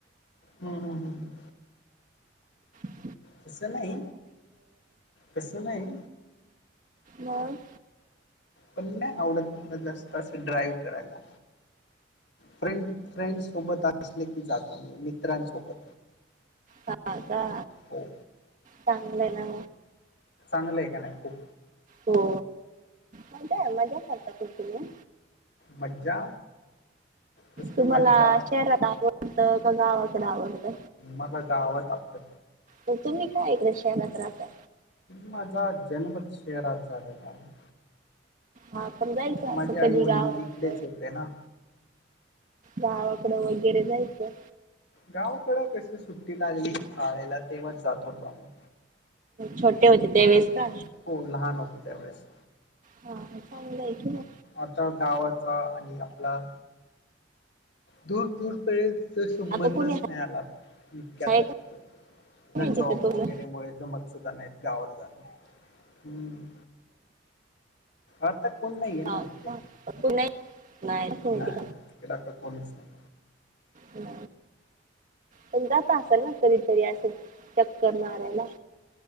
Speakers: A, on the left; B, on the right.
A: हम्म हम् हम् हम
B: ह
A: कसं नाही कसं नाही.
B: मग
A: पण नाही आवडत मला जास्त असं ड्राईव करायला. फ्रें फ्रेंड सोबत असले की जातो मी मित्रांसोबत,
B: ह का
A: हो
B: चांगलं आहे ना.
A: चांगला आहे का नाही खूप.
B: हो मजा मजा करत असशिला
A: मज्जा कसली
B: तुम्हाला
A: मज्जा
B: शहरला आवडतं का गावाकडे आवडतं.
A: मला गावात आपल,
B: ग तुम्ही काय एक शहरात राहता.
A: माझा जन्मच शेहरात झालेला आहे.
B: हा पण जायचं असं
A: माझे आई
B: कधी
A: वडील
B: गावात
A: इकडेच होते ना.
B: गावाकडं वगैरे जायचं.
A: गावकड कशी सुट्टी लागली शाळेला तेव्हाच जात होतो आम्ही.
B: छोटे होते त्यावेळेस का?
A: हो लहान होतं त्यावेळेस.
B: हा चांगलं आहे की म,
A: आता गावाचा आणि आपला दूर दूरपर्यंत संबंधच
B: आता कुणी
A: नाही आला इतक्यात,
B: आहे का
A: आता
B: नाही तिथं
A: जॉब
B: तुझं
A: वगैरे मुळे जमत सुधा नाहीत गावाात जाण, हम्म आता कोण नाही आहे
B: हा
A: ना तिकडे.
B: का नाही नाही कोणती
A: नाही तिकड आता कोणच नाही.
B: हम् पण जात असेल ना कधीतरी असं चक्कर मारायला.